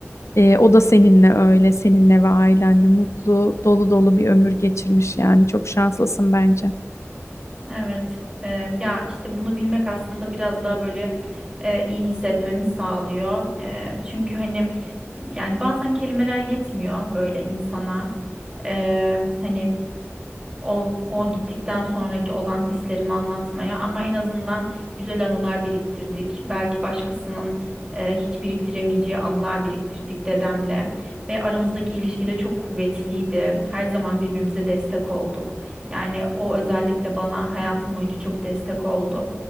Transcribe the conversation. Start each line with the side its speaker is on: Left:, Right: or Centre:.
Left: Ee, o da seninle öyle, seninle ve ailenle mutlu, dolu dolu bir ömür geçirmiş yani. Çok şanslısın bence.
Right: Evet. e, ya işte bunu bilmek aslında biraz daha böyle e, iyi hissetmemi sağlıyor. E, çünkü hani yani bazen kelimeler yetmiyor böyle insana. E, hani O, o gittikten sonraki olan hislerimi anlatmaya ama en azından güzel anılar biriktirdik. Belki başkasının e, hiç biriktiremeyeceği anılar biriktirdik dedemle ve aramızdaki ilişki de çok kuvvetliydi. Her zaman birbirimize destek olduk. Yani o özellikle bana hayatım boyunca çok destek oldu.